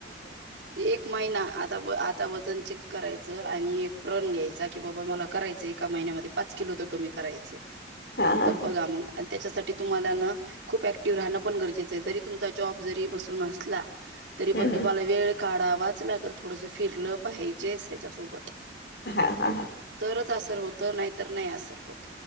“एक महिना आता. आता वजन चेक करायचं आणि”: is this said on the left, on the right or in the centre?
Right